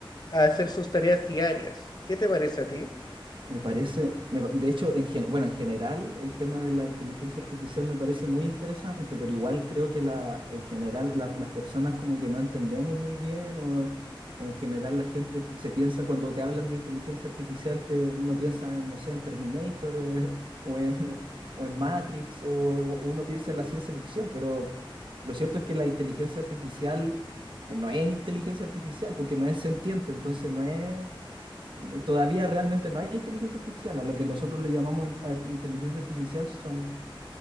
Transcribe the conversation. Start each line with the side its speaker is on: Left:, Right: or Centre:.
Left: a hacer sus tareas diarias. ¿Qué te parece a ti?
Right: me parece, me pa- de hecho, en gen- bueno, en general el tema de la inteligencia artificial me parece muy interesante, pero igual creo que la, en general la- las personas como que no entendemos muy bien o, o en general la gente se piensa, cuando te hablan de inteligencia artificial, te, uno piensa en, no sé, en Terminator eh, <laughs> o en, o en Matrix o, o uno piensa en la ciencia ficción, pero lo cierto es que la inteligencia artificial eh, no es inteligencia artificial porque no es sentiente, entonces no es... eh, Todavía realmente no hay inteligencia artificial. A lo que nosotros le llamamos in- a- inteligencia artificial son,